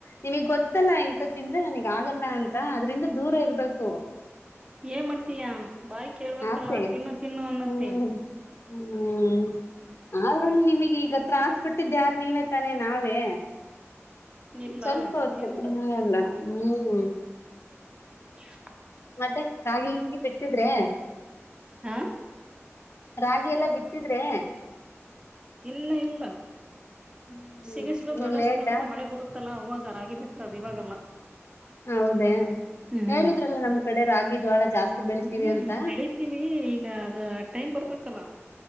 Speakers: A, on the left; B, on the right.
A: ನಿಮಗ್ ಗೊತ್ತಲ್ಲ ಇಂತ ತಿಂದ್ರೆ ನನಗ್ ಆಗಲ್ಲ ಅಂತ ಅದ್ರಿಂದ ದೂರ ಇರ್ಬೇಕು
B: ಏನ್ ಮಾಡ್ತೀಯ ಬಾಯ್ ಕೇಳ್ಬೇಕಲ್ಲ
A: ಆಸೆ
B: ತಿನ್ನು ತಿನ್ನು ಅನ್ನತ್ತೇ
A: ಹ್ಮ್ ಹ್ಮ್ ಆದ್ರ ನಿಮಗ್ ಈಗ ಹತ್ರ ಆಸ್ಪಿಟ್ಟಿದ್ದೆ ಯಾರ ನೀವೇ ತಾನೆ ನಾವೇ
B: ಇಲ್ಲ
A: ಸ್ವಲ್ಪ ಹೊತ್ತು
B: ಏನ್ ಮಾಡೋದು
A: ನ ಎಲ್ಲ ಹ್ಮ್
B: <inaudible>
A: ಮತ್ತೆ ರಾಗಿ ಹೀಗೆ ಬಿಟ್ಟಿದ್ರೆ
B: ಹಾ
A: ರಾಗಿ ಎಲ್ಲಾ ಬಿತ್ತಿದ್ರೆ
B: ಇಲ್ಲ ಇಲ್ಲ
A: ಹ್ಮ್
B: ಸಿಗಿಸ್ಲು
A: ಇನ್ನು
B: ದೊಡಸ್
A: ಲೇಟಾ
B: ಅಂತ ಮಳೆ ಬರುತ್ತಲ್ಲ ಅವಾಗ ರಾಗಿ ಬಿತ್ತದ ಇವಾಗೆಲ್ಲ
A: ಹೌದೇ
B: ಹ್ಮ್
A: ಹೇಳಿದ್ರಲ್ಲ ನಮ್ಮ್ ಕಡೆ ರಾಗಿ ಜೋಳ ಜಾಸ್ತಿ ಬೆಳಿತೀವಿ
B: ಹ್ಮ್
A: ಅಂತ
B: ಬೆಳೀತಿವಿ ಈಗ ಅದ ಟೈಮ್ ಬರ್ಬೇಕಲ್ಲ